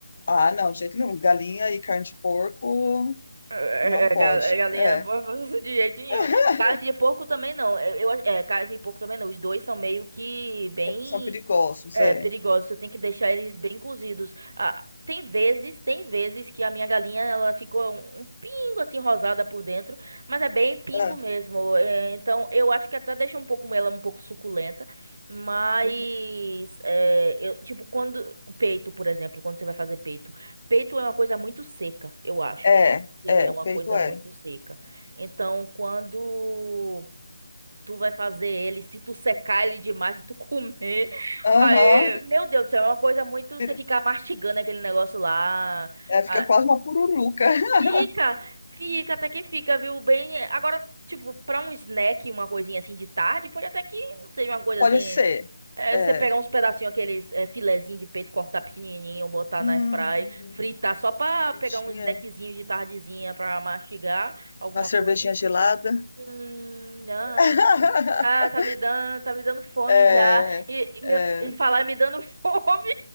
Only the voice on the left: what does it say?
Ah, não, de jeito nenhum. Galinha e carne de porco
não pode.
É.
<laughs>
São perigosos,
é.
É,
uhum.
é,
é,
o
peito
é.
Aham,
vira-
é, fica
quase uma pururuca. <laughs>
Pode
ser.
É.
Hum,
fritinha,
uma cervejinha
gelada.
<laughs>
É,
é.